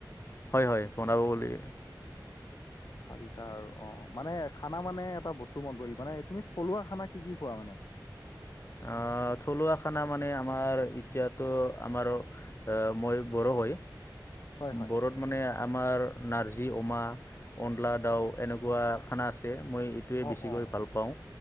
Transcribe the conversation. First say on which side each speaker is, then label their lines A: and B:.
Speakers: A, on the left; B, on the left.
A: হয় - হয় বনাব বুলি।
B: ভাবিছা আৰু অ, মানে খানা মানে এটা বস্তু মই কৰিলো। মানে তুমি থলুৱা খানা কি- কি খোৱা মানে?
A: অ, থলুৱা খানা মানে আমাৰ এতিয়াতো আমাৰ মই বড়ো হয়
B: হয় হয়
A: বড়ত মানে। আমাৰ নাৰ্জী অমা অলা দাও এনেকুৱা খানা আছে। মই এইটোৱে
B: অ
A: বেছিকৈ
B: অ
A: ভাল পাও